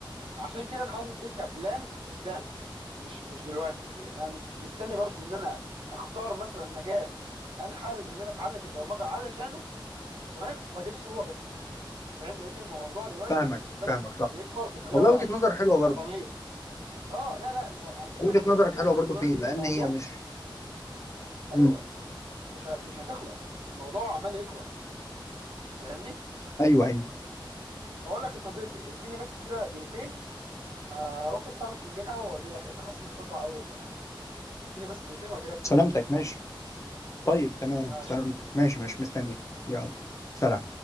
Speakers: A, on the right (about 85°); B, on the left (about 35°).
A: عشان كده انا حاطط دي كبلان قدام مش مش دلوقتي يعني انا مس- مستني برضو ان انا اختار مثلا مجال انا حابب ان انا اتعلم البرمجه علشانه تمام وادرسه هو بس فاهم لان الموضوع دلوقتي
B: فاهمك
A: خد بالك
B: فاهمك صح
A: بيكبر بطريقه
B: والله وجهه نظر حلوه
A: سرطانيه
B: برضه
A: اه لا لا المو... على فكره
B: وجهه
A: انت لو
B: نظرك
A: سبت نفسك
B: حلوه برضه
A: دلوقتي
B: فيه لان
A: للموضوع
B: هي مش
A: ايوه
B: مم.
A: مش مش ه- مش هتخلص الموضوع عمال يكبر فاهمني
B: ايوه ايوه
A: بقول لك يا صديقي اديني بس كده دقيقتين آه، اروح بس اعمل فنجان قهوه واجي لك لان حاسس اني مصدع قوي والله اديني بس دقيقتين واجي لك تاني
B: سلامتك ماشي
A: ماشي
B: طيب تمام
A: ماشي
B: سلامتك
A: يا صديقي
B: ماشي ماشي مستنيك
A: ماشي مع السلامة
B: يلا سلام